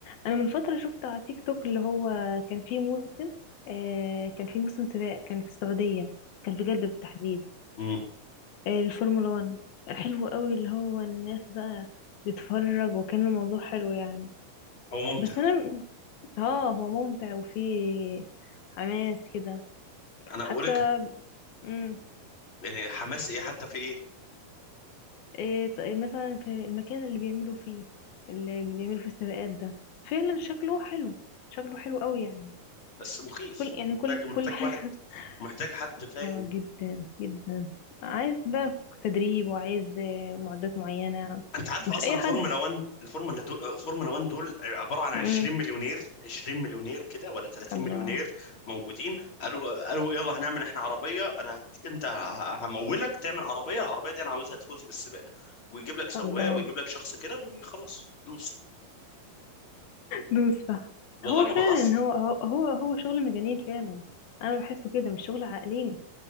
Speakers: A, on the left (about 70°); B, on the left (about 35°).
A: انا من فترة شفت على تيك توك اللي هو كان فيه موسم آه كان فيه موسم سباق كان في السعودية كان في جدة بالتحديد
B: مم.
A: الفورمولا 1 حلو قوي اللي هو الناس بقى بتتفرج وكان الموضوع حلو يعني
B: هو ممتع
A: بس انا اه هو ممتع وفيه حماس كده
B: انا
A: حتى
B: اقول لك
A: امم
B: يعني حماس ايه حتى في ايه
A: إيه طيب مثلا في المكان اللي بيعملوا فيه اللي بيعملوا فيه السباقات ده فعلا شكله حلو شكله حلو قوي يعني
B: بس مخيف
A: كل يعني
B: محتاج
A: كل
B: محتاج
A: كل حاجة
B: واحد محتاج حد
A: <laughs>
B: فاهم
A: اه جدا جدا عايز بقى تدريب وعايز آه، معدات معينة
B: انت عارف
A: مش
B: اصلا
A: اي
B: الفورمولا
A: حد
B: 1 الفورمولا دول الفورمولا 1 دول عباره عن 20
A: امم
B: مليونير 20 مليونير كده ولا 30
A: الله
B: مليونير موجودين قالوا قالوا يلا هنعمل احنا عربيه انا هت... انت ه- همولك تعمل عربيه العربيه دي انا عاوزها تفوز بالسباق ويجيب لك سواق
A: الله
B: ويجيب لك شخص كده وخلاص دوس
A: دوس صح
B: والله
A: هو
B: ما
A: فعلا
B: بهزر
A: هو هو هو هو شغل مجانين فعلا انا بحسه كده مش شغل عاقلين